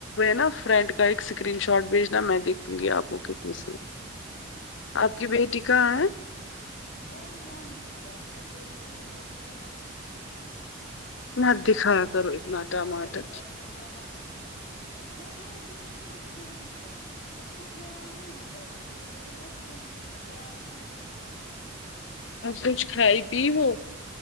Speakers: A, on the left; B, on the left.
A: نا فرینڈ کا ایک اسکرین شاٹ بھیجنا میں دیکھوں گی آپ کو کی
B: ٹھیک ہے
A: آپ کی بیٹی کہاں ہے
B: وہ نانی کے پاس ہے وہ دیکھ رہی ہے ٹماٹر نیچے ٹی وی پہ
A: نا دکھایا کرو اتنا ٹماٹر
B: اب کیا کروں وہ ٹماٹر صرف دیکھتی ہے وہ دیکھتی نہیں صرف سنتی ہے اس کو دھیان نہیں ہوتا ہے وہاں سے لیکن وہ سنتی ہے دھیان اس کو دوسریے چیزوں کی اور ہو
A: کچھ کھائی پی وہ